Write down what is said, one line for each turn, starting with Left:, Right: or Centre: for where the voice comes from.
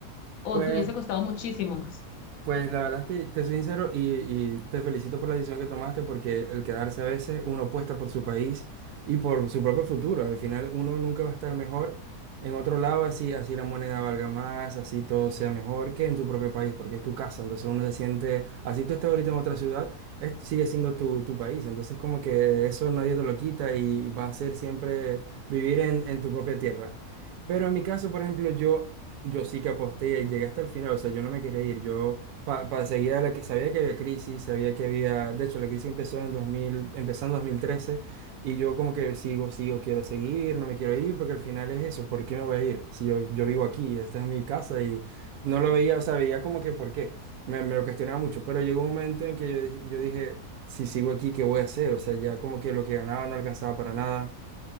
Left: o
Right: Pues
Left: te hubiese costado muchísimo más?
Right: Pues la verdad es que te soy sincero y, y te felicito por la decisión que tomaste porque el quedarse a veces uno apuesta por su país y por su propio futuro. Al final uno nunca va a estar mejor en otro lado, así, así la moneda valga más, así todo sea mejor que en su propio país porque es tu casa. Entonces uno se siente, así tú estás ahorita en otra ciudad, es- sigue siendo tu, tu país. Entonces como que eso nadie te lo quita y va a ser siempre vivir en, en tu propia tierra. Pero en mi caso, por ejemplo, yo, yo sí que aposté y llegué hasta el final. O sea, yo no me quería ir. Yo para seguir a la que sabía que había crisis, sabía que había, de hecho la crisis empezó en el 2000, empezó en 2013 y yo como que sigo, sigo, quiero seguir, no me quiero ir porque al final es eso, ¿por qué me voy a ir? Si yo, yo vivo aquí, esta es mi casa y no lo veía, o sea, veía como que por qué, me, me lo cuestionaba mucho, pero llegó un momento en que yo, yo dije, si sigo aquí, ¿qué voy a hacer? O sea, ya como que lo que ganaba no alcanzaba para nada